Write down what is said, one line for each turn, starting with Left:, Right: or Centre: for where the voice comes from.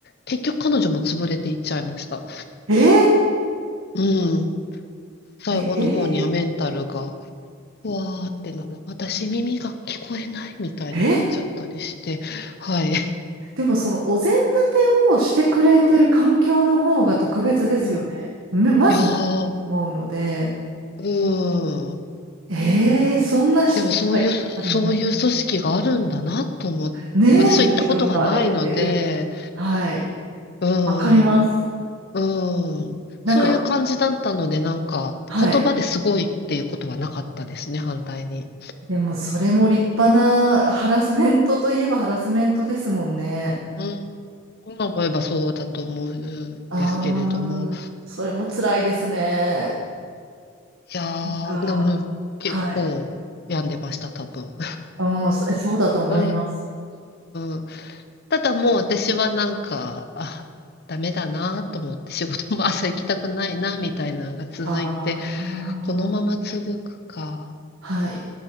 Left: 結局彼女も潰れていっちゃいました。
Right: えー、
Left: うん。最後の方にはメンタルが、
Right: え
Left: うわーってなる、私耳が聞こえないみたいになっちゃったりして、
Right: ー、え
Left: はい。
Right: でもそのお膳立てをしてくれてる環境の方が特別ですよね。
Left: うん。うんい
Right: めまずないと思うので、
Left: やー、うん。
Right: えー、そんな人がやっぱりね、
Left: でもそういう、そういう組織があるんだなと思って、
Right: ねえ、
Left: 私は行ったことがないので、
Right: 恵まれてる。はい。
Left: うん、
Right: わかります。
Left: うん、
Right: なんか、
Left: そういう感じだったので、なんか言葉ですごいっていうことはなかったですね、
Right: はい。
Left: 反対に。
Right: でもそれも立派なハラスメントといえばハラスメントですもんね。
Left: うん、今思えばそうだと思うんですけれども、
Right: ああ、それも辛いですね。
Left: いやー、
Right: なんか、
Left: でも結構病んでました、
Right: はい。
Left: 多分。
Right: うん、そえそうだと思います。
Left: <laughs> うん、うん。ただもう私はなんか、あ、ダメだなと思って仕事も朝行きたくないなみたいなのが続いて、
Right: ああ、
Left: このまま続くか
Right: はい。